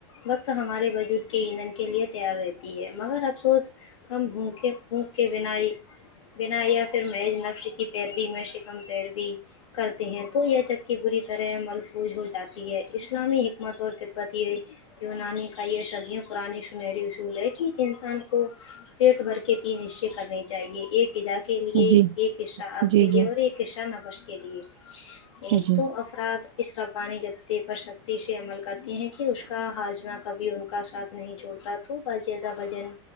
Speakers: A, on the left (about 90°); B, on the right (about 65°).
A: وقت ہمارے وجود کے امنڈ کے لیے تیار رہتی ہے مگر افسوس ہم ہھونکیں ہھونک کے بنائی بنا یا پھر میںج نف شکی پیروی میں شکم پیروی کرتے ہیں تو یہ چککی بری طرح محفوظ ہو جاتی ہے اسلامی حکمت اور تبت یہ ہے یونانی کا یہ شدیاں پرانی سنہری اصول ہے کہ انسان کو کو فیٹ بھر کے تین حصے کرنے چاہیئے ایک گغذا کے کے لیئے
B: جی
A: ایک حصہ آپ
B: جی
A: کے
B: جی
A: لئے اور ایک حصہ نفش کے لیئے
B: جی
A: تو اف افراد اس ربانی جدے پر سختی سے عمل کرتی ہیں کہ اس کا ہاجمہ کبھی ان کا ساتھ نہیں چھڑتا تو بس زدہ بجن